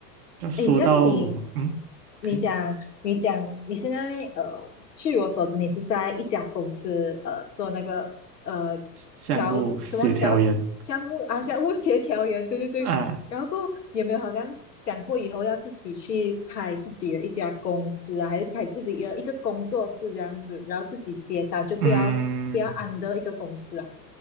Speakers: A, on the right; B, on the left.
A: 要说到我，
B: 诶，这样你，
A: 嗯，OK，
B: 你讲，你讲，你现在呃，据我所知，你是在一家公司呃做那个呃调什么调项目啊，
A: 项目协调员
B: 项目协调员，对对对。
A: 啊，
B: 然后过后你有没有好像想过以后要自己去开自己的一家公司啊，还是开自己的一个工作室这样子，然后自己接单，就不要不要
A: 嗯。
B: under 一个公司啊？